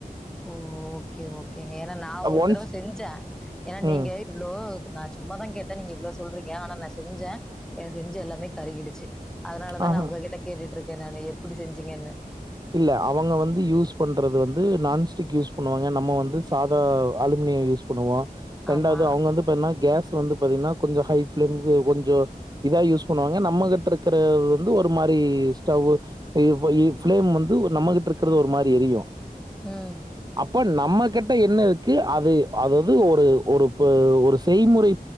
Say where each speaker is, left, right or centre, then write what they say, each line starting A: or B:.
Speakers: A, in the centre; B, on the right (about 25°).
A: ஓ ஓகே ஓகேங்க ஏன்னா நான் ஒரு
B: ஒன்ஸ்
A: தடவ செஞ்சன் ஏன்னா நீங்க
B: ம்
A: இவ்ளோ நான் சும்மாதான் கேட்டேன் நீங்க இவ்ளோ சொல்றிங்க ஆனா நான் செ செஞ்சன் செஞ்ச எல்லாமே கருகிடுச்சு. அதனாலதான்
B: ஆஹ
A: நான் உங்ககிட்ட கேட்டுட்டு இருக்கேன் நான் எப்படி செஞ்சீங்கன்னு.
B: இல்ல அவங்க வந்து யூஸ் பண்றது வந்து நான்ஸ்டிக் யூஸ் பண்ணுவாங்க நம்ம வந்து சாதா அலுமினியம் யூஸ் பண்ணுவோம். ரெண்டாவது
A: ஆமா.
B: அவுங்க வந்து பாத்தீங்கன்னா கேஸ் வந்து பாத்தீங்கன்னா கொஞ்சம் ஹை ஃபிலிம்ஸ் கொஞ்சோ இதா யூஸ் பண்ணுவாங்க நம்மகிட்ட இருக்கற ஒரு மாரி ஸ்டவ்வு <unintelligible> ஃபிளேம் வந்து நம்மகிட்ட இருக்கிறது ஒரு மாரி எரியும்.
A: உம்
B: இப்ப நம்ம கிட்ட என்ன இருக்கு அது அதாவது ஒரு ஒரு ஒரு செய்முறை